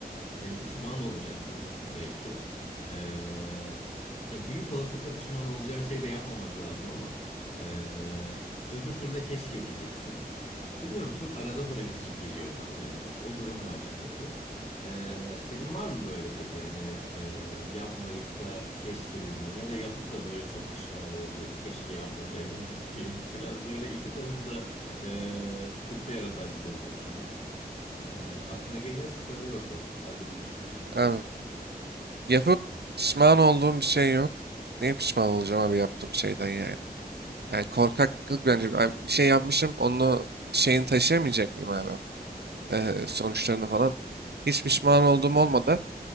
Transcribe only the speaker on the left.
Hani pişman olacaksın belki. Ee, ya büyük olasılıkla pişman olacağın şey de yapmamak lazım ama ee, öbür türlü de keşke diyeceksin. Bilmiyorum çok arada bırakıcı geliyor bana hani o, o durum bence kötü. Ee, senin var mı böyle peki hani ee, yapmayıp da keşke dediğin ya da yapıp da böyle çok pişman olduğun keşke yapmasaydım <laughs> dediğin biraz böyle iki tarafı da ee, sıkıntı yaratan bir durum insana. E, aklına geliyorsa söyle bakalım. Ben de bir düşüneyim.